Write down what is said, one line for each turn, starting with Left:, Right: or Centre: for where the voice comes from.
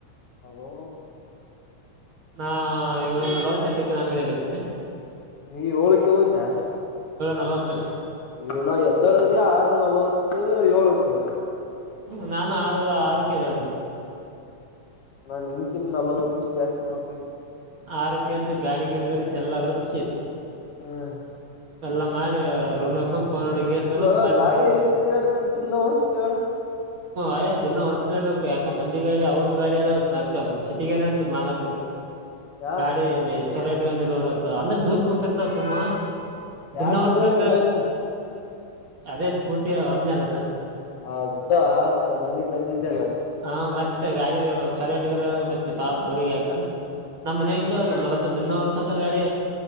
Left: ಅಬೋ
Right: ನಾ ಏಳ ನಲವತ್ತೆಂಟಕ್ಕೆ ನಾಡಿಯಗಿರ್ತೇನನೆ
Left: ನೀ ಹೋಳಕ್ಕೆ ಓತ <unintelligible> <unintelligible>
Right: ನಲವತ್ತ
Left: ಇವ ನ ಎದ್ದಳದ ಆರು ನಲ್ವತ್ತು ಏಳುಕ್
Right: ಹ್ಮ ನಾನು ಆರು ಆರುಕ್ಕೆದ ಹೇಳ್ತನ
Left: ನಾನ್ ನಿನ್ಕಿಿಂದ ನಲ್ವತ್ತು ನಿಮಿಷ ಜಾಸ್ತಿ ಮಕಳ
Right: ಆರಕ್ಕೆ ಅಂತ ಗಾಡಿ ಗಿಡಿ ಬರ್ಸ ಎಲ್ಲ ವರ್ಸಿ
Left: ಹ್ಮ್
Right: ಎಲ್ಲಾ ಮಾಡಿ ರೊಮ್ಯಾ ಕು <unintelligible> ಗೆ ಸ್ವಲ್ಪ
Left: ಇಲ್ಲ
Right: ಮಾತೆ
Left: ಗಾಡಿ ಎಲ್ಲಿ ತಿರ್ಗಾಡ್ತಿ ಅಂತ ತಿನ್ನ ವರ್ಸ್ತ ಹೇಳ
Right: ಅಯ್ ದಿನ ಹೊರ್ಸ್ಲೇಬೇಕು ಯಾಕ ಮಂದಿ ಗಾಡಿ ಅವ್ರದ ಗಾಡಿ ಅದಾವ ಮತ್ತೆ ಸಿಿಟಗರೆ ಮಾಲಕ್
Left: ಯಾರ
Right: ಗಾಡಿ ಚಲಟ್ಗಂದ ನೋಡ್ ಅಂತ ಅಂದ್ರ ದೂಸ್ ಕುಂತಿರ್ತಾವ ಸುಮ್ಮ
Left: ಯಾರಪಿ
Right: ದಿನ ಒರ್ಸ್ಬೇಕ
Left: ಗಡೆ ಮಂಜು
Right: ಅದೇ ಸ್ಕೂಟಿ ಒಂದಲದು
Left: ಆದ್ದ್ ಆ ಮನೆಿ ತಂದಿದ್ದೆಲ್ಲ
Right: ಹ ಮತ್ತೆ ಗಾಡಿ ಚಲೋಟ್ಲ್ಲ ಅಂದ್ರೆ ಮತ್ತೆ ಪಾಪ ಅವ್ರಿಗೆ ಯಾಕಂದ ನಮ್ಮ ಮನ
Left: ಹ್ಮ್
Right: ಇಲ್ಲ ನಮ್ಮ ದೊಡ್ಡಪ್ಪಬ ದಿನವರ್ ಂತರ್ ಗಾಡಿ